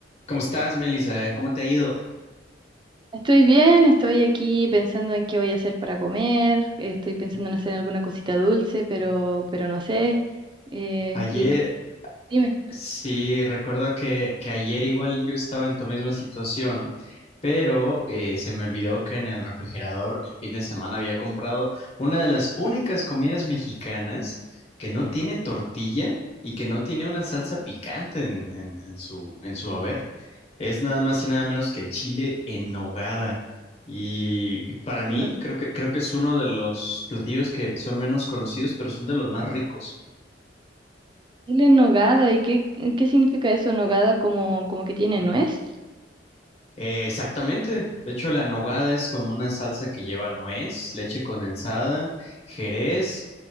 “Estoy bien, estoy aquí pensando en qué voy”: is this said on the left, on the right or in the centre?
Right